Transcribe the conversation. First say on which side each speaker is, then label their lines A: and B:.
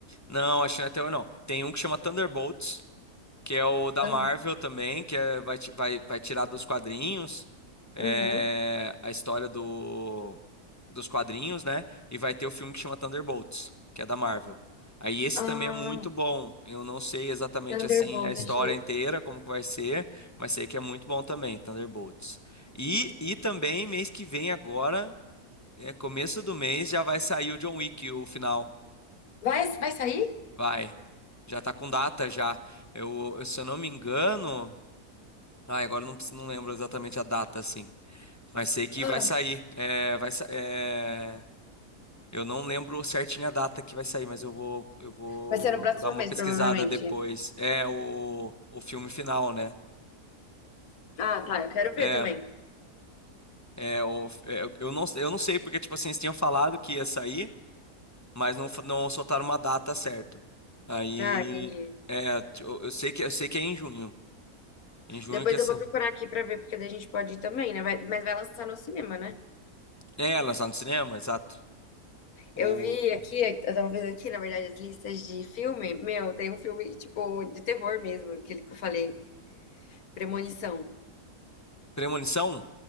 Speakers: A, on the left; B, on the left.
A: Não, acho que não é terror, não. Tem um que chama Thunderbolts. que é o da
B: Ah,
A: Marvel também, que é, vai, ti- vai, vai tirar dos quadrinhos é,
B: Uhum.
A: a história do, dos quadrinhos, né? E vai ter o filme que chama Thunderbolts, que é da Marvel. Aí esse
B: Ah,
A: também é muito bom. Eu não sei exatamente
B: Thunderbolt,
A: assim a história
B: achei.
A: inteira, como que vai ser, mas sei que é muito bom também, Thunderbolts. E, e também mês que vem agora, é, começo do mês, já vai sair o John Wick, o final.
B: Vai, vai sair?
A: Vai. Já tá com data já. Eu, eu- se eu não me engano. Ah, agora eu não, preciso- não lembro exatamente a data, assim. Mas sei que
B: Ah,
A: vai sair. É, vai, sa- é, eu não lembro certinho a data que vai sair, mas eu vou, eu vou
B: vai ser no próximo
A: dar uma
B: mês,
A: pesquisada
B: provavelmente.
A: depois. É o, o filme final, né?
B: Ah, tá, eu quero ver
A: É,
B: também.
A: é, o, é, eu não, eu não sei, porque, tipo assim, eles tinham falado que ia sair, mas não, fa- não soltaram uma data certa. Aí,
B: Ah, entendi.
A: é, eu, eu sei que, eu sei que é em junho. Em junho
B: Depois
A: que essa.
B: eu vou procurar aqui pra ver, porque daí a gente pode ir também, né? Vai- mas vai lançar no cinema, né?
A: É, lançado no cinema, exato. O
B: Eu vi aqui, eu tava vendo aqui, na verdade, as listas de filme. Meu, tem um filme, tipo, de terror mesmo, aquele que eu falei, Premonição.
A: Premonição?